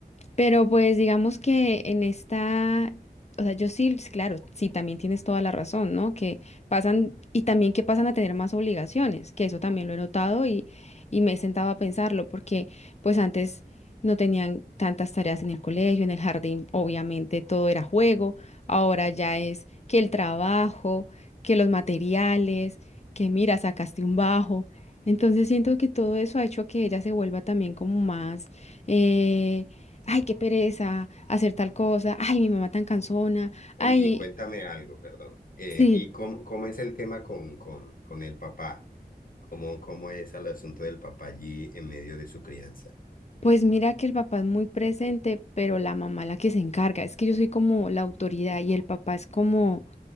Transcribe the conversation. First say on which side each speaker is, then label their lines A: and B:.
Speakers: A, on the left (about 40°); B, on the left (about 60°).
A: Pero pues digamos que en esta, o sea, yo sí, claro, sí, también tienes toda la razón, ¿no? Que pasan, y también que pasan a tener más obligaciones, que eso también lo he notado y, y me he sentado a pensarlo, porque pues antes no tenían tantas tareas en el colegio, en el jardín, obviamente todo era juego, ahora ya es que el trabajo, que los materiales, que mira, sacaste un bajo. Entonces siento que todo eso ha hecho que ella se vuelva también como más... eh, ay, qué pereza hacer tal cosa, ay, mi mamá tan cansona, ay,
B: Angie, cuéntame algo, perdón. Eh,
A: sí.
B: ¿y cómo, cómo es el tema con, con, con el papá? ¿Cómo, cómo es el asunto del papá allí en medio de su crianza?
A: Pues mira que el papá es muy presente, pero la mamá la que se encarga. Es que yo soy como la autoridad y el papá es como,